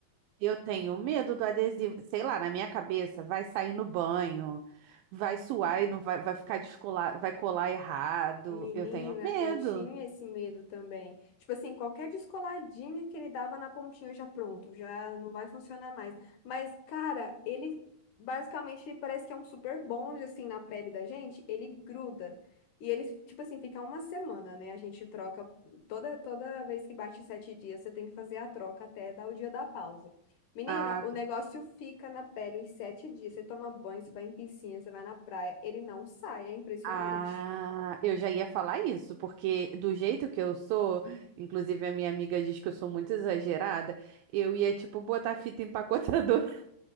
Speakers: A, on the right; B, on the left.
A: Eu tenho medo do adesivo. Sei lá, na minha cabeça, vai sair no banho, vai suar e não vai, vai ficar descolar, vai colar errado.
B: Menina,
A: Eu tenho medo.
B: eu tinha esse medo também. Tipo assim, qualquer descoladinha que ele dava na pontinha já pronto, já não vai funcionar mais. Mas, cara, ele basicamente parece que é um super bonde assim na pele da gente, ele gruda. E ele, tipo assim, fica uma semana, né? A gente troca toda toda vez que bate sete dias, você tem que fazer a troca até dar o dia da pausa. Menina,
A: Ah,
B: o negócio
A: tá.
B: fica na pele os sete dias. Você toma banho, você vai em piscina, você vai na praia, ele não sai, é impressionante.
A: Ah, eu já ia falar isso, porque do jeito que eu sou, inclusive a minha amiga diz que eu sou muito exagerada, eu ia, tipo, botar fita empacotadora. <laughs>